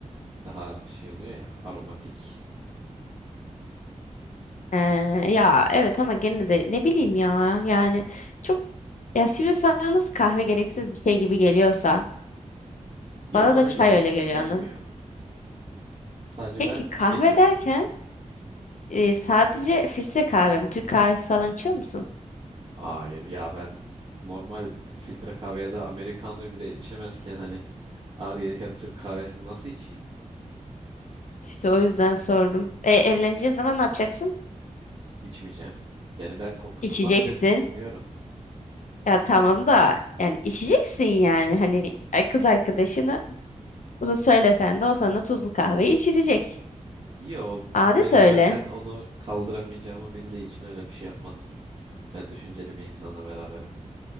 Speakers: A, on the right (about 40°); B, on the left (about 75°).
A: Daha şey oluyor ya aromatik.
B: Ee, ya evet ama gene de ne bileyim ya. Yani çok ya şimdi sana nasıl kahve gereksiz bir şey gibi geliyorsa
A: Yo
B: bana
A: bana
B: da çay
A: gereksiz
B: öyle geliyor
A: gelmiyor.
B: anladın.
A: Sadece
B: Peki
A: ben
B: kahve
A: tüketemiyorum.
B: derken e, sadece filtre kahve mi? Türk kahvesi falan içiyor musun?
A: Hayır ya ben normal filtre kahveye de Amerikano'yu bile içemezken hani ağır gelirken Türk kahvesini nasıl içeyim?
B: İşte o yüzden sordum. E, evleneceğin zaman ne yapacaksın?
A: İçmeyeceğim. Yani ben kokusundan
B: İçeceksin.
A: bile tiksiniyorum.
B: Ya tamam da yani içeceksin yani hani ay- kız arkadaşını bunu söylesen de o sana tuzlu kahve içirecek.
A: Yo benim
B: Adet öyle.
A: zaten onu kaldıramayacağımı bildiği için öyle bir şey yapmaz. Ben düşünceli bir insanla beraberim.